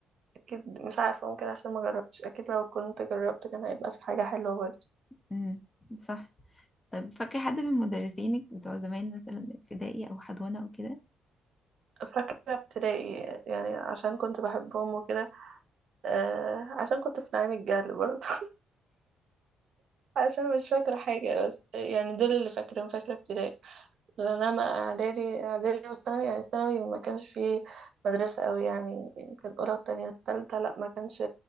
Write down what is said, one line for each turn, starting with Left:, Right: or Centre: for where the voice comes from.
Right: أكيد مش عارفة ممكن عشان ما جربتش أكيد لو كنت جربت كان هيبقى في حاجة حلوة برضه
Left: مم، صح طب فاكرة حد من مدرسينك بتوع زمان مثلا ابتدائي أو حضانة أو كده
Right: فاكرة ابتدائي يعني عشان كنت بحبهم وكده آه عشان كنت في نعيم الجهل برضه <laughs> عشان مش فاكرة حاجة بس يعني دول اللي فاكرهم فاكرة ابتدائي لأن أنا إعدادي إعدادي والثانوي يعني ثانوي ما كانش فيه مدرسة أوي يعني كان أولى وتانية تالتة لأ ما كانش